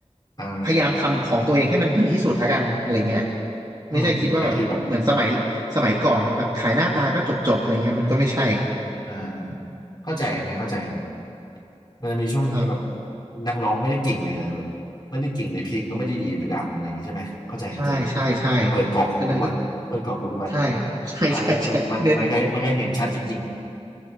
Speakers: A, on the left; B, on the right.
A: อ่า
B: พยายามทำของตัวเองให้มันดีที่สุดละกันอะไรเงี้ยไม่ใช่คิดว่าแบบเหมือนสมัยสมัยก่อนเนาะแบบขายหน้าตาก็จบๆอะไรเงี้ยมันก็ไม่ใช่
A: อืมอืมแต่คือแบบอ่าเข้าใจอันนั้นเข้าใจแบบมันจะมีช่วงหนึงที่แบบ
B: อะ
A: นักร้องไม่ได้เก่งเลยแบบไม่ได้เก่งเลยเพลงก็ไม่ได้ดีแต่ดังอะไรอย่างงี้ใช่ไหมเข้าใจเข้าใจแบบเปิดกรอกหูทุกวันเปิดกรอกหูทุกวัน
B: ใช่ใช่ใช่อันนั้นก็ใช่ใช่ใช่ใช่เน้น
A: อันนั้นก็มันมันมันก็มันก็เห็นชัดจริงๆ